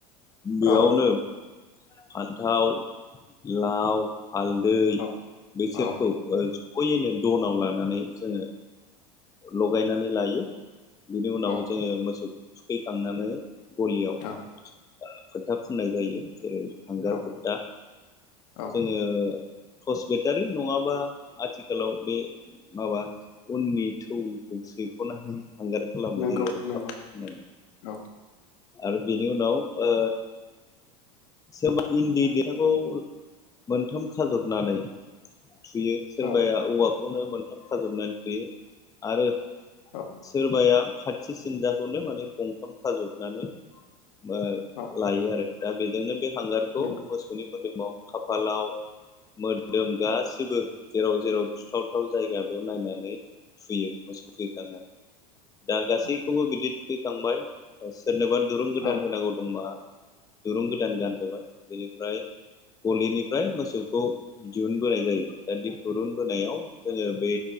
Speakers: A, on the left (about 15°); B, on the left (about 70°).
A: बेयावनो।
B: औ
A: फान्थाव लाव। हालदै
B: औ
A: बेसोरखौ
B: औ
A: होयोनो दनाव लानानै जोङो। लगायनानै लायो। बिनि उनाव
B: औ
A: जोङो मोसौ। थुखैखांनानै। गलियाव।
B: औ
A: <unintelligible> फोथा फुननाय जायो जेरै हांगार
B: औ
A: फोथ्था
B: औ
A: जोङो। टर्स बेटारि नङाबा आथिखालाव बे माबा उननि। थौखौ सैख'नानै। हांगार खालामनाय
B: नंगौ
A: जायो आरो थाब
B: नंगौ
A: होनानै।
B: औ
A: आरो बिनि उनाव ओ। सोरबा इन्दि देथाखौ मोनथाम खाजबनानै। थुयो सोरबाया
B: औ
A: औवा। खौनो मोनथाम खाजोबनानै थुयो आरो।
B: औ
A: सोरबाया। खाथि सिनजाखौनो माने गंथाम खाजबनानै। मो
B: औ
A: लायो आरो। दा बे। नोंनो बे। हांगारखौ
B: नंगौ
A: मोसौनि मो मोदोमाव खाफालाव मोदोम गासिबो जेराव जेराव थुथावथाव जायगा बेयाव नायनानै थुयो मोसौ थुखैखांनानै दा गासैखौबो
B: औ
A: बिदि थुखै थांबाय ओ सोरनोबा दुरुं गोदान
B: औ
A: होनांगौ दंबा दुरुं गो दान गान होबाय बेनिफ्राय गलिनिफ्राय मोसौखौ दिहुन बोनाय जायो दा दिुरुन बोनायाव जोङो बै